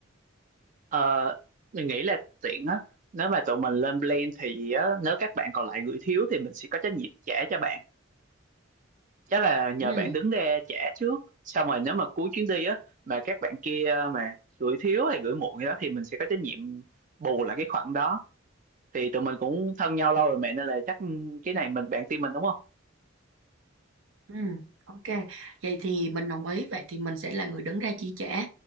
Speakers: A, on the right (about 40°); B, on the right (about 75°).
A: ờ, mình nghĩ là tiện á nếu mà tụi mình lên plan thì á, nếu các bạn còn lại gửi thiếu thì mình sẽ có trách nhiệm trả cho bạn chắc là nhờ
B: ừ
A: bạn đứng ra trả trước xong rồi nếu mà cuối chuyến đi á mà các bạn kia mà gửi thiếu hay gửi muộn gì đó thì mình sẽ có trách nhiệm bù lại cái khoản đó thì tụi mình cũng thân nhau lâu rồi mẹ nên là chắc cái này mình bạn tin mình đúng không
B: ừ ok vậy thì mình đồng ý vậy thì mình sẽ là người đứng ra chi trả